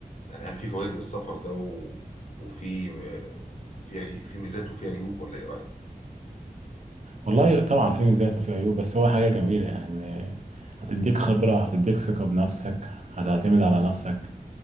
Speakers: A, on the left; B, on the right.
A: يعني هل في فوائد للسفر ده و... وفي آه، في عي- في ميزات وفي عيوب ولا ايه رايك
B: والله طبعا في مزايا وفي عيوب بس هو حاجة جميلة يعني إن هتديك خبرة هتديك ثقة بنفسك هتعتمد على نفسك